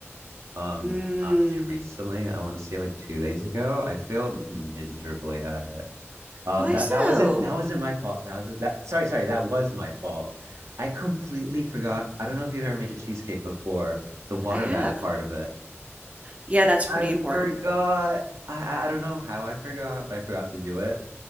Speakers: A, on the right (about 85°); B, on the right (about 30°).
A: Um,
B: Mmm.
A: not too recently. I want to say like two days ago. I failed miserably at it. Um,
B: Why
A: that
B: so?
A: that wasn't that wasn't my fault. That was that. Sorry, sorry. That was my fault. I completely forgot. I don't know if you've ever made a cheesecake before. The water
B: I have.
A: bath part of it.
B: Yeah, that's pretty
A: I
B: important.
A: forgot. I I I don't know how I forgot, but I forgot to do it.